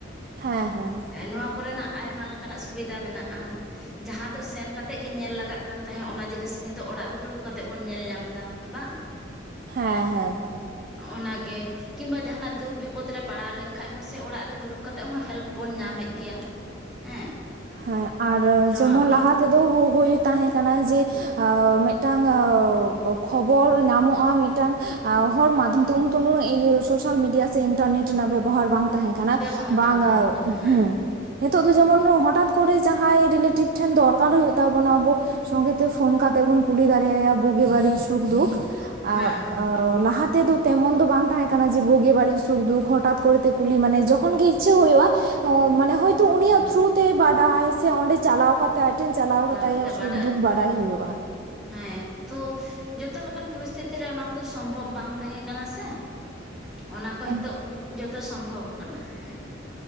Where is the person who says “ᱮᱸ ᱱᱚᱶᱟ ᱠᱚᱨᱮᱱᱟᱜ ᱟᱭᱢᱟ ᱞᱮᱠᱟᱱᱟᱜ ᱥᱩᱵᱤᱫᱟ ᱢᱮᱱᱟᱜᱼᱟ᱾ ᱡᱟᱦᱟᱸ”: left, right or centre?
Centre